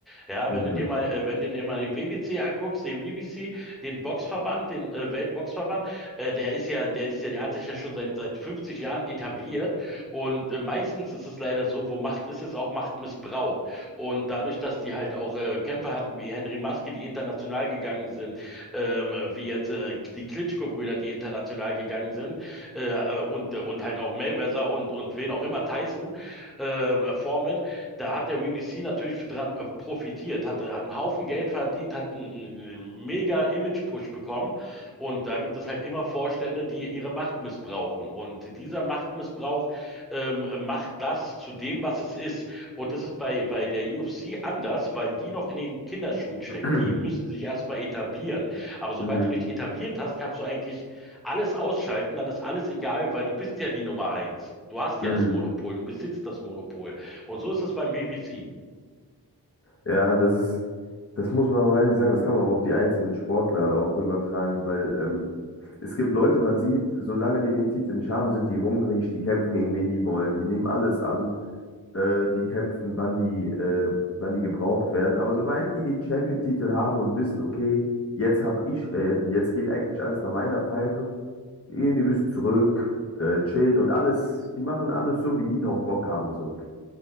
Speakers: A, in the centre; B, on the left.
A: Ja,
B: <sniffs> mhm,
A: wenn du dir mal, äh, wenn du dir mal den WBC anguckst, den WBC, den Boxverband, den äh, Weltboxverband, äh, der ist ja, der ist ja, der hat sich ja schon seit, seit 50 Jahren etabliert und äh, meistens ist es leider so, wo Macht ist, ist auch Machtmissbrauch. Und dadurch, dass die halt auch äh, Kämpfer hatten wie Henry Maske, die international gegangen sind, ähm, wie jetzt äh, die Klitschko-Brüder, die international gegangen sind, äh, äh, und, äh, und halt auch Mayweather und, und wen auch immer, Tyson, ähm, äh, Foreman, da hat der BBC natürlich dran äh, profitiert, hat äh, einen Haufen Geld verdient, hat einen, einen mega Image-Push bekommen. Und da gibt es halt immer Vorstände, die ihre Macht missbrauchen. Und dieser Machtmissbrauch ähm, macht das zu dem, was es ist. Und das ist bei, bei der UFC anders, weil die noch in den Kinderschuhen steckt.
B: <clears throat>
A: Die müssen sich erstmal etablieren. Aber sobald
B: mhm,
A: du dich etabliert hast, kannst du eigentlich alles ausschalten, dann ist alles egal, weil du bist ja die Nummer eins. Du hast ja
B: mhm.
A: das Monopol, du besitzt das Monopol. Und so ist das beim BBC.
B: Ja, das ist, das muss man auch ehrlich sagen, das kann man auch auf die einzelnen Sportler auch übertragen, weil ähm, es gibt Leute, man sieht, solange die den Titel nicht haben, sind die hungrig, die kämpfen gegen wen die wollen, die nehmen alles an. äh, die kämpfen, wann die, äh, wann die gebraucht werden. Aber sobald die den Champion-Titel haben und wissen, okay, jetzt hab ich, äh, jetzt geht eigentlich alles nach meiner Pfeife, gehen die ein bisschen zurück, äh, chillen und alles, die machen alles so, wie die drauf Bock haben, so.